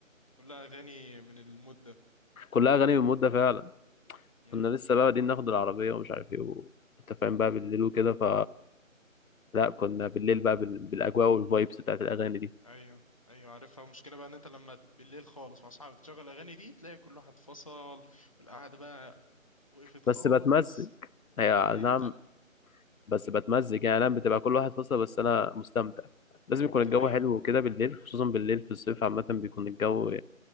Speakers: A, on the left; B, on the left.
A: كلها اغاني من المود ده
B: كلها أغاني من مدة فعلا
A: امم
B: كنا لسه بقى بادئين ناخد العربية ومش عارف إيه و... أنت فاهم بقى بالليل وكده ف لا كنا بالليل بقى بال... بالأجواء والفايبس بتاعت الأغاني دي
A: ايوه ايوه عارفها المشكلة بقى ان انت لما بالليل خالص مع اصحابك تشغل الاغاني دي تلاقي كل واحد فصل والقعدة بقى وقفت
B: بس
A: خالص
B: بتمزج هي آه،
A: امم
B: نعم
A: أ-
B: بس بتمزج يعني انا بتبقى كل واحد فصل بس انا مستمتع لازم يكون الجو
A: دي حقيقة
B: حلو وكده بالليل خصوصا بالليل في الصيف عامة بيكون الجو